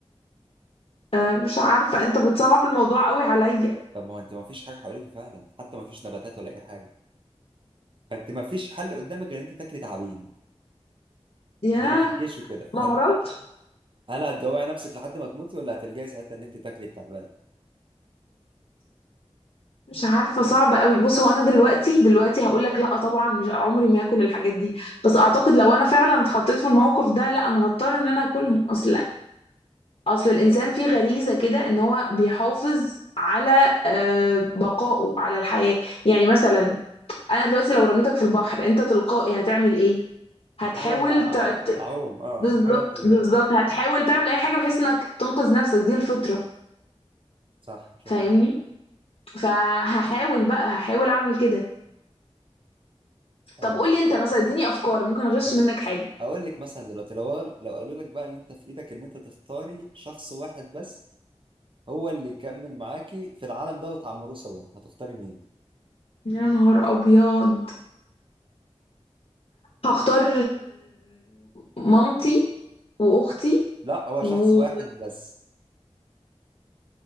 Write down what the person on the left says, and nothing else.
آه، مش عارفة انت بتصعب الموضوع قوي عليا
ياه
معرفش
مش عارفة صعب قوي بص هو انا دلوقتي دلوقتي هقول لك لا طبعا مش عمري ما هاكل الحاجات دي بس اعتقد لو انا فعلا اتحطيت في الموقف ده لا انا هضطر ان انا اكلهم اصل اصل الانسان فيه غريزة كده ان هو بيحافظ على آه، بقائه على الحياة يعني مثلا انا دلوقتي لو رميتك في البحر انت تلقائي هتعمل ايه هتحاول
ت... ت-
بالظبط
بالظبط
هتحاول تعمل اي حاجة بحيث انك تنقذ نفسك دي الفطرة
فاهمني فهحاول بقى هحاول اعمل كده
طب قولي انت مثلا اديني افكار ممكن اغش
منك حاجة
يا نهار ابيض هختار مامتي واختي
و